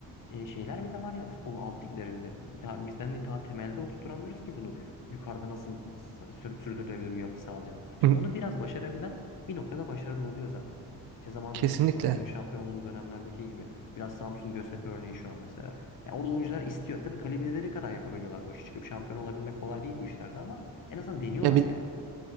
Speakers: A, on the left; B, on the right.
A: e, şeyler bile var ya futbolun alt liglerinde. Daha, bizden daha temelde oturtamıyoruz ki bunu. Yukarıda nasıl s- sür- sürdürülebilir bir yapı sağlayacağız. İşte
B: <laughs>
A: onu biraz başarabilen bir noktada başarılı oluyor zaten. İşte zamanında
B: Kesinlikle.
A: Bursaspor'un bizim şampiyon olduğumuz dönemlerdeki gibi. Biraz Samsun Göztepe örneği şu an mesela. Yani orada oyuncular istiyor. Tabii kalibreleri kadar yapabiliyorlar bu işi. Çıkıp şampiyon olabilmek kolay değil bu işlerde ama en azından deniyorlar
B: Ya bil-
A: yani.